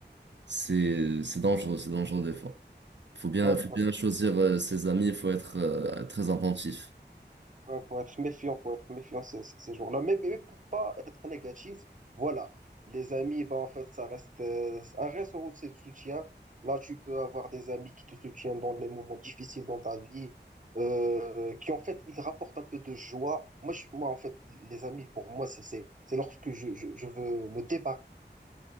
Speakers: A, on the right; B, on the right.
A: c'est c'est dangereux, c'est dangereux des fois. Faut bien
B: Tu vois,
A: faut bien choisir euh, ses amis, il faut être euh, très attentif.
B: Ouais, faut être méfiant, faut être méfiant ces, ces ces jours-là. Mais, mais pour pas être négatif, voilà. Les amis, bah, en fait, ça reste euh, un réseau aussi de soutien. Là, tu peux avoir des amis qui te soutiennent dans les moments difficiles dans ta vie, euh, qui, en fait, ils rapportent un peu de joie. Moi, je- moi, en fait, les amis, pour moi, c'est, c'est, c'est lorsque je, je, je veux me débarrasser